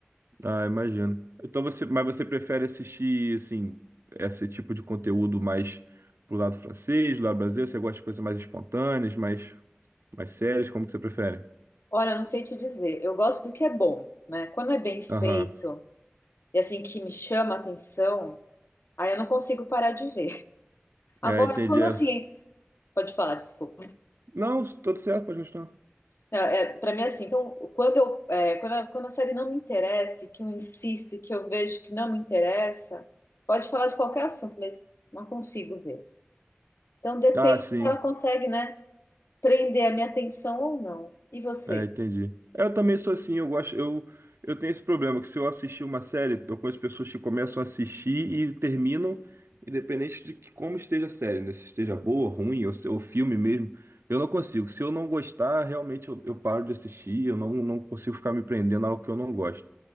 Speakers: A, on the right (about 75°); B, on the left (about 70°).
A: Ah, imagino. Então você, mas você prefere assistir assim esse tipo de conteúdo mais pro lado francês, do lado brasileiro? Você gosta de coisas mais espontâneas, mais mais sérias? Como que você prefere?
B: Olha, eu não sei te dizer, eu gosto do que é bom, né? Quando é bem feito
A: Aham.
B: e, assim, que me chama a atenção, aí eu não consigo parar de ver. Agora,
A: É, entendi.
B: quando,
A: É,
B: assim, pode falar, desculpa.
A: Não, tudo certo, pode continuar.
B: Não, é, para mim é assim, então, quando eu, é, quando a, quando a série não me interessa, e que eu insisto, e que eu vejo que não me interessa, pode falar de qualquer assunto, mas não consigo ver. Então depende
A: Ah, sim.
B: se ela consegue, né, prender a minha atenção ou não. E você?
A: É, entendi. Eu também sou assim, eu gosto, eu, eu tenho esse problema, que se eu assistir uma série, eu conheço pessoas que começam a assistir e terminam, independente de que, como esteja a série, né? Se esteja boa, ruim, ou, se- ou filme mesmo, eu não consigo. Se eu não gostar, realmente eu, eu paro de assistir, eu não, não consigo ficar me prendendo a algo que eu não gosto,